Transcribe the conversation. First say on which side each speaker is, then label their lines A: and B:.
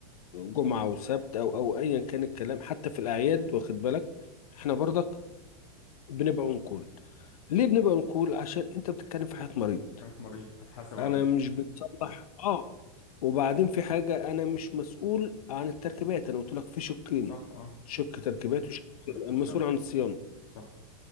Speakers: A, on the left; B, on the left.
A: جمعة وسبت أو أو أيا كان الكلام حتى في الأعياد واخد بالك إحنا برضك بنبقى ونقول ليه بنبقى نقول عشان أنت بتتكلم في حياة مريض
B: حالة مريض هتحاسب عليها
A: أنا مش بتصلح آه وبعدين في حاجة أنا مش مسؤول عن التركيبات أنا قلت لك في شقين
B: صح اه
A: شق تركيبات وشق
B: شركة
A: المسؤول
B: صيانة
A: عن الصيانة
B: صح